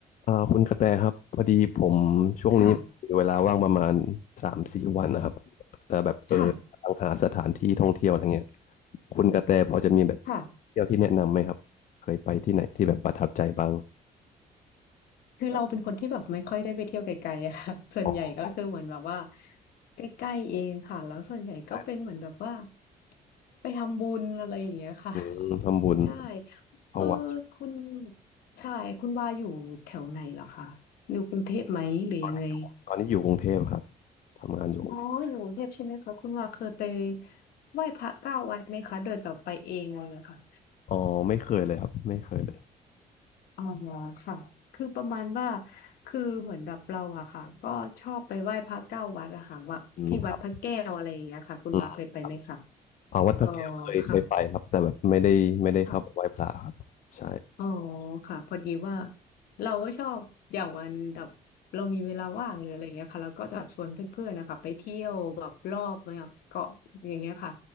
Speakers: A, on the left; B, on the left.
A: อ่าคุณกระแตครับพอดีผมช่วงนี้มีเวลาว่างประมาณสามสี่วันนะครับ
B: ค่ะ
A: แต่แบบเออตามหาสถานที่ท่องเที่ยวอะไรเงี้ย
B: ค่ะ
A: คุณกระแตพอจะมีแบบ
B: ค่ะ
A: เที่ยวที่แนะนำไหมครับเคยไปที่ไหนที่แบบประทับใจบ้าง
B: คือเราเป็นคนที่แบบไม่ค่อยได้ไปเที่ยวไกลๆอะค่ะ <laughs> ส่วนใหญ่ก็คือเหมือนแบบว่า
A: อ๋อ
B: ใกล้ๆ เองค่ะแล้วส่วนใหญ่ก็เป็นเหมือนแบบว่า
A: ได้
B: ไปทำบุญอะไรอย่างเงี้ยค่ะ
A: อืมทำบุญ
B: <laughs> ใช่
A: เข้าวัด
B: เออคุณใช่คุณว่าอยู่แถวไหนเหรอคะอยู่กรุงเทพไหมหรือยังไง
A: ตอนนี้อยู่ตอนนี้อยู่กรุงเทพครับทำงานอยู่กรุงเทพ
B: อ๋ออยู่กรุงเทพใช่ไหมคะคุณว่าเคยไปไหว้พระเก้าวัดไหมคะโดยแบบไปเองอะไรงเลยค่ะ
A: อ๋อไม่เคยเลยครับไม่เคยเลย
B: อ๋อค่ะคือประมาณว่าคือเหมือนแบบเราอะค่ะก็ชอบไปไหว้พระเก้าวัดอะค่ะว่าที่วัดพระแก้วอะไรอย่างเงี้ยค่ะคุณมาเคยไปไหมคะ
A: อืมครับอืมอ่าวัดพระแก้วเคยเคยไปครับแต่แบบไม่ได้ไม่ได้เข้าไปไหว้พระครับใช่
B: อ๋อค่ะค่ะอ๋อค่ะพอดีว่าเราก็ชอบอย่างวันแบบเรามีเวลาว่างหรืออะไรอย่างเงี้ยค่ะเราก็จะชวนเพื่อนๆนะคะไปเที่ยวแบบรอบแบบเกาะอย่างเงี้ยค่ะ